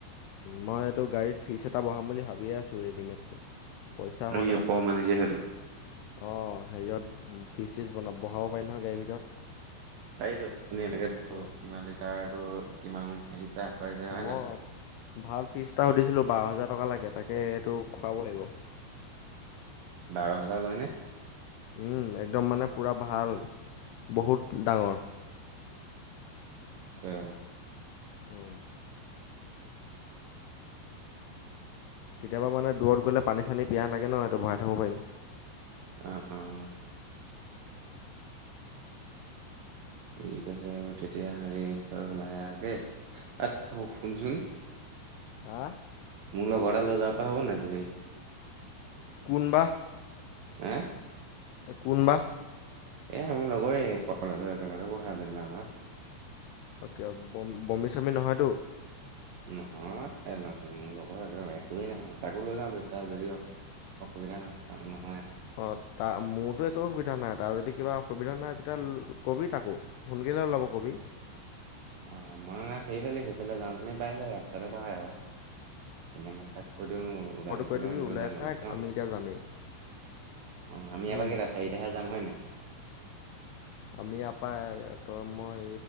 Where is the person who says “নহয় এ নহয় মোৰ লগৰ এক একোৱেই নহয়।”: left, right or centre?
Right